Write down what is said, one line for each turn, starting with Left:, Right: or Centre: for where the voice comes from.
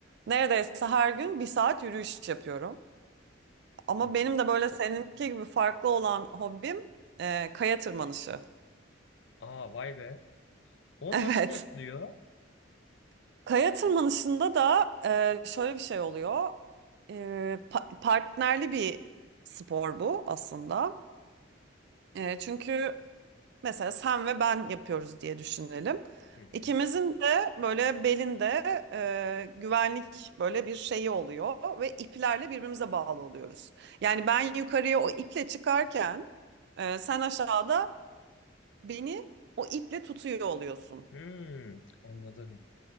Right: Neredeyse her gün bir saat yürüyüş yapıyorum. Ama
Left: Hı hı.
Right: benim de böyle seninki gibi farklı olan hobim e, kaya tırmanışı. <laughs>
Left: Aa vay be. O
Right: Evet.
Left: nasıl yapılıyor?
Right: Kaya tırmanışında da e, şöyle bir şey oluyor. E, pa- partnerli bir spor bu aslında. E, çünkü mesela sen ve ben yapıyoruz diye düşünelim.
Left: Hı hı.
Right: İkimizin de böyle belinde e, güvenlik böyle bir şeyi oluyor ve iplerle birbirimize bağlı oluyoruz. Yani ben yukarıya o iple çıkarken e, sen aşağıda beni o iple tutuyor oluyorsun.
Left: Hmm, anladım.